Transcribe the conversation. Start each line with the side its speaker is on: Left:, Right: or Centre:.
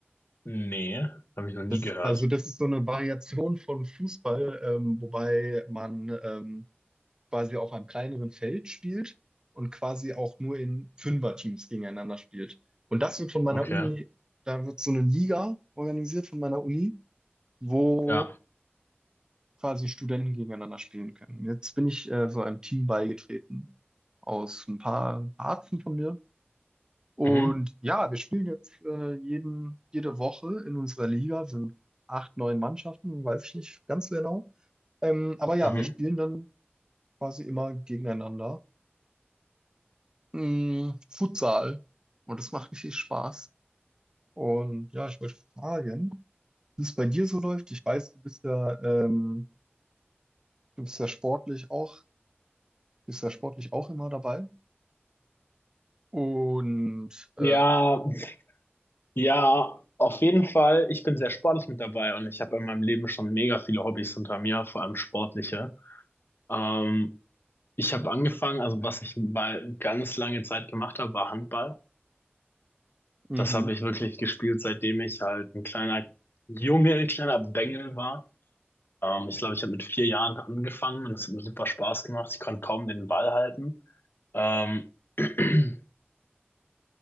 Left: Nee, habe ich noch nie
Right: Das,
Left: gehört.
Right: also das ist so eine Variation von Fußball, ähm, wobei man ähm, quasi auf einem kleineren Feld spielt und quasi auch nur in Fünferteams gegeneinander spielt. Und das wird von meiner
Left: Okay.
Right: Uni, da wird so eine Liga organisiert von meiner Uni, wo
Left: Ja.
Right: quasi Studenten gegeneinander spielen können. Jetzt bin ich äh, so einem Team beigetreten aus ein paar Ärzten von mir. Und
Left: Mhm.
Right: ja, wir spielen jetzt äh, jeden, jede Woche in unserer Liga, sind acht, neun Mannschaften, weiß ich nicht ganz so genau. Ähm, aber ja,
Left: Mhm.
Right: wir spielen dann quasi immer gegeneinander. Mm, Futsal. Und das macht richtig Spaß. Und ja, ich wollte fragen, wie es bei dir so läuft. Ich weiß, du bist ja, ähm, du bist ja sportlich auch, bist ja sportlich auch immer dabei. Und äh,
Left: Ja, ja, auf jeden Fall. Ich bin sehr sportlich mit dabei und ich habe in meinem Leben schon mega viele Hobbys hinter mir, vor allem sportliche. Ähm, Ich habe angefangen, also was ich mal ganz lange Zeit gemacht habe, war Handball.
Right: Mhm.
Left: Das habe ich wirklich gespielt, seitdem ich halt ein kleiner Junge, ein kleiner Bengel war. Ähm, ich glaube, ich habe mit vier Jahren angefangen und es hat mir super Spaß gemacht. Ich konnte kaum den Ball halten. Ähm, <clears throat>